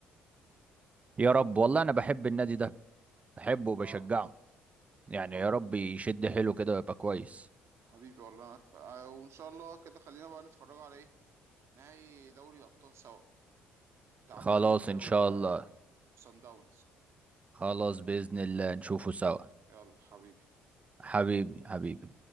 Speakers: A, on the right; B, on the right.
A: يا رب والله انا بحب النادي ده بحبه وبشجعه
B: اه
A: يعني
B: خلاص
A: يا رب يشد حيله كده ويبقى كويس
B: حبيبي والله أنا أتف... آه وإن شاء الله كده خلينا بقى نتفرجوا على إيه نهائي دوري الأبطال سوا بتاع
A: خلاص
B: بيراميدز
A: ان
B: و-
A: شاء الله
B: وصن داونز
A: خلاص بإذن الله نشوفه سوا
B: يلا حبيبي
A: حبيبي حبيبي